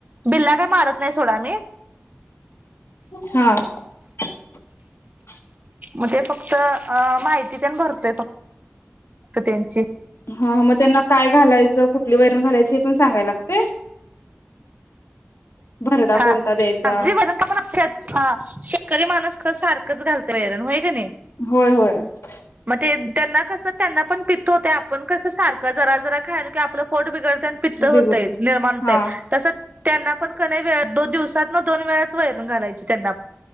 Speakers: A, on the right (about 40°); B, on the left (about 80°).
A: बिल्ला काय मारत नाही सोडा मी
B: हा <unintelligible> <unintelligible>
A: मग त फक्त अ माहिती त्यां भरतोय फक्त त्यांची
B: ह मग त्यांना काय घालायचं कुठली वैरण घालायची हे पण सांगाय लागते भरडा
A: हा
B: कोणता द्यायचा?
A: सांगली वजंका पण अ <unintelligible> हा शेतकरी माणूस तर सारखंच घालते वैरण होय का नाही
B: होय होय <unintelligible>
A: मग ते त्यांना कसं त्यांना पण पित्त होते आपण कसं सारखं रा जरा खायला कि आपलं फोट बिडत पित्त होतं
B: बिघडत
A: निर्माण होतय
B: हा
A: तसं त्यांना <unintelligible> पण कही वे दोन दिवसात मग दोन वेळाच वैरण घालायचे त्यांना